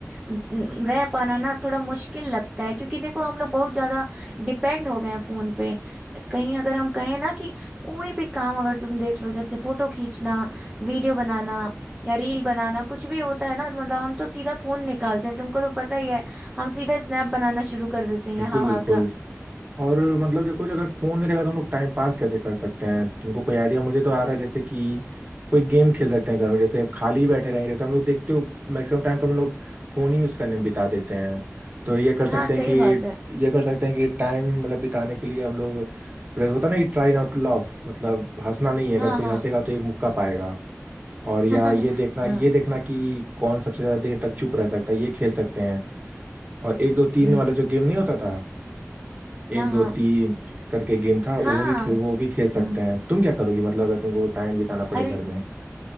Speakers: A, on the right; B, on the right.
A: न- रह पाना ना थोड़ा मुश्किल लगता है क्योंकि देखो हम लोग बहुत ज्यादा डिपेंड हो गए हैं फोन पे कहीं अगर हम कहें ना कि कोई भी काम अगर तुम देख लो जैसे फोटो खींचना वीडियो बनाना या रील बनाना कुछ भी होता है ना तो मतलब हम तो सीधा फोन निकालते हैं तुमको तो पता ही है हम सीधा स्नैप बनाना शुरू कर देते हैं
B: बिल्कुल
A: यहाँ वहाँ
B: बिल्कुल
A: का
B: और मतलब देखो अगर फोन नहीं रहेगा तो हम लोग टाइम पास कैसे कर सकते हैं तुमको कोई आइडिया मुझे तो आ रहा है जैसे कि कोई गेम खेल सकते हैं घर में जैसे खाली बैठे रहेंगे जैसे हम लोग देखते हो मैक्सिमम टाइम तो हम लोग फोन ही यूज करने में बिता देते हैं तो ये कर सकते
A: हाँ सही
B: हैं कि
A: बात है
B: ये कर सकते हैं कि टाइम मतलब बिताने के लिए हम लोग जैसे होता है ना कि ट्राई नॉट टू laugh मतलब हंसना नहीं है
A: हाँ
B: अगर कोई
A: हाँ
B: हंसेगा तो एक मुक्का पाएगा और
A: <laughs>
B: या ये देखना
A: हाँ
B: ये देखना कि कौन सबसे ज्यादा देर तक चुप रह सकता है ये खेल सकते हैं और एक दो तीन
A: हम्म
B: वाला जो गेम नहीं होता था
A: हाँ
B: एक दो
A: हाँ
B: तीन करके गेम था
A: हाँ
B: वो भी खे, वो भी खेल सकते
A: हाँ
B: हैं तुम क्या करोगी मतलब अगर तुमको टाइम बिताना पड़े
A: अरे
B: घर में